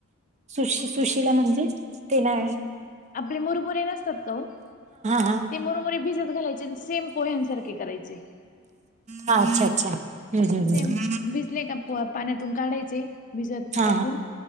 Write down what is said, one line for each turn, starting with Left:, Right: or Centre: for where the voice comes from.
Right: सुश -सुशिला म्हणजे? ते ना
Left: आपली मुरबुरेन ते
Right: हा
Left: मुरमरी भिजत घालायचे आणि सेम पोह्यांसारखे करायचे.
Right: ह अच्छा अच्छा हम्म हम्म
Left: सेम भिजले का पाण्यातून काढायचे भिजत
Right: हम्म हा
Left: टाकून